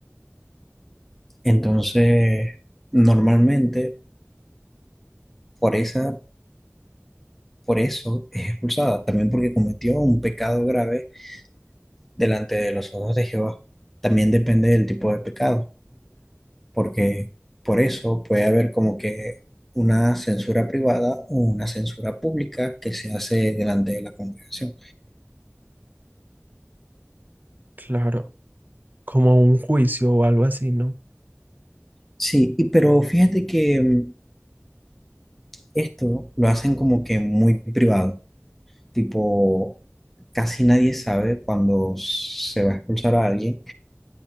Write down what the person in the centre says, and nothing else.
Entonces, normalmente por esa, por eso es expulsada, también porque cometió un pecado grave delante de los ojos de Jehová. También depende del tipo de pecado. porque por eso puede haber como que una censura privada o una censura pública que se hace delante de la congregación.
Sí, y, pero fíjate que mm, esto lo hacen como que muy privado, tipo, casi nadie sabe cuando se va a expulsar a alguien,